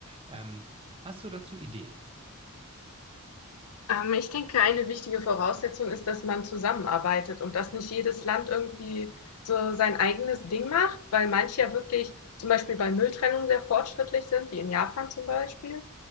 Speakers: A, on the right; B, on the left.
A: Ähm, hast du dazu Ideen?
B: Ähm, ich denke, eine wichtige Voraussetzung ist, dass man zusammenarbeitet und dass nicht jedes Land irgendwie so sein eigenes Ding macht, weil manche ja wirklich zum Beispiel bei Mülltrennung sehr fortschrittlich sind, wie in Japan zum Beispiel.